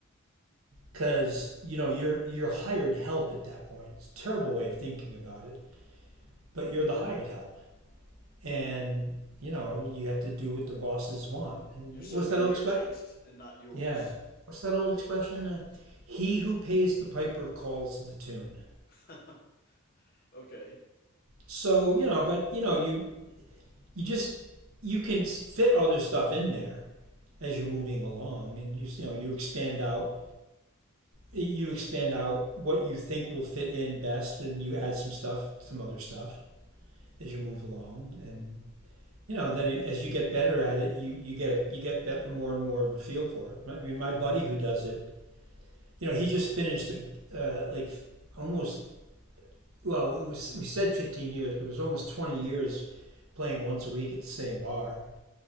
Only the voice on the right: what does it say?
because you know you're you're hired help at that point. It's a terrible way of thinking about it, but you're the hired help, and you know you have to do what the bosses want. And
what's that old
expression?
Yeah, what's that old expression? Uh, he who pays the piper calls the tune.
So you know, but you know, you you just you can fit other stuff in there as you're moving along, and you you know you expand out you expand out what you think will fit in best, and you add some stuff, some other stuff as you move along, and you know, then as you get better at it, you you get a you get a more and more of a feel for it. I mean, my
buddy who does it, you know, he just finished uh, like almost well, it was we said 15 years, but it was almost 20 years playing once a week at the same bar,